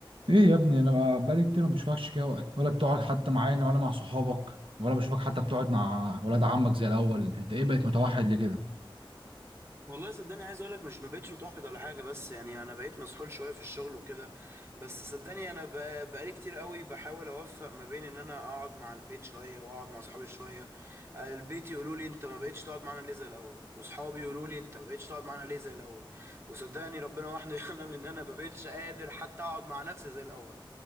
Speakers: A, on the right; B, on the right.
A: ايه يا ابني انا بقالي كتير ما بشوفكش كده ولا بتقعد حتى معانا ولا مع صحابك ولا بشوفك حتى بتقعد مع ولاد عمك زي الاول انت ايه بقيت متوحد ليه كده
B: والله صدقني عايز اقول لك مش ما بقتش متوحد ولا حاجه بس يعني انا بقيت مسحول شويه في الشغل وكده بس صدقني انا ب- بقالي كتير قوي بحاول اوفق ما بين ان انا اقعد مع البيت شويه واقعد مع اصحابي شويه البيت يقولوا لي انت ما بقتش تقعد معانا ليه زي الاول واصحابي يقولوا لي انت ما بقتش تقعد معانا ليه زي الاول وصدقني ربنا وحده <laughs> يعلم ان انا ما بقتش قادر حتى اقعد مع نفسي زي الاول